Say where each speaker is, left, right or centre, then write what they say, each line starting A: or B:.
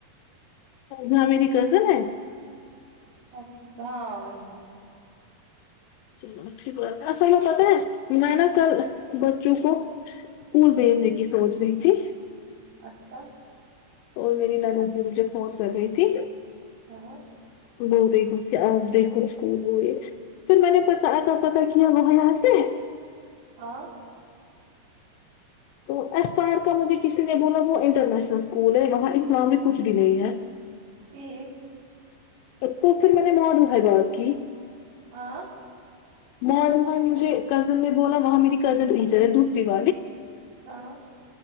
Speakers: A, on the left; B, on the right.
A: ہاں میری کزن ہے
B: اک ہاں وہی
A: چلو اچھی بات اصل میں پتاہ ہے میں نا کل بچوں کو پکول بھیجنے کی سوچ رہی تھی
B: اچھا
A: اور میری نان بھی مجھے فنس کر گئی تھی
B: ہاں
A: ور گ سے آج بھی گس نہیں وہ یہ پھر میں نے پتاہ اتا ستاہ کیا ہو یہ سے
B: ہاں
A: تو ای پر کا مجھے کسی نے بولا وہ انٹرنیشنل اسکول ہے وہاں الامک کچھ بھی نہیں ہے
B: ایک
A: تو پھر میں نے معال ہےائے گا کی
B: ہاں
A: مائی مجھے کزن نے بولا وہاں میری کزنر دھپ سو
B: ہاں